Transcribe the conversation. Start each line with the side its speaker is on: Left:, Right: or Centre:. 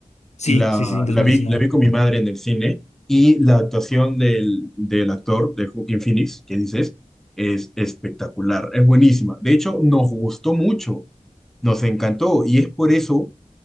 Left: Sí,
Centre: la,
Left: sí, sí, en dos
Centre: la
Left: mil
Centre: vi,
Left: diecinueve.
Centre: la vi con mi madre en el cine y la actuación del, del actor, de Joaquin Phoenix, que dices, es espectacular, es buenísima. De hecho, nos gustó mucho, nos encantó y es por eso